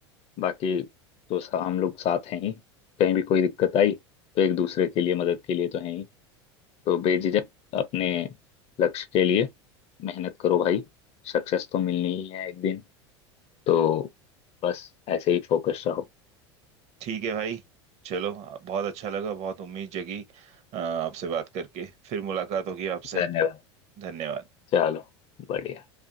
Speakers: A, on the left; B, on the right.
A: बाकी तो सा, हम लोग साथ हैं ही कहीं भी कोई दिक्कत आई तो एक दूसरे के लिए मदद के लिए तो हैं ही तो बेझिझक अपने लक्ष्य के लिए मेहनत करो भाई सक्सेस तो मिलनी ही है एक दिन तो बस ऐसे ही फोकस रहो
B: ठीक है भाई चलो बहुत अच्छा लगा बहुत उम्मीद जगी अ, आपसे बात करके फिर मुलाकात होगी आपसे
A: धन्यवाद
B: धन्यवाद
A: चलो बढ़िया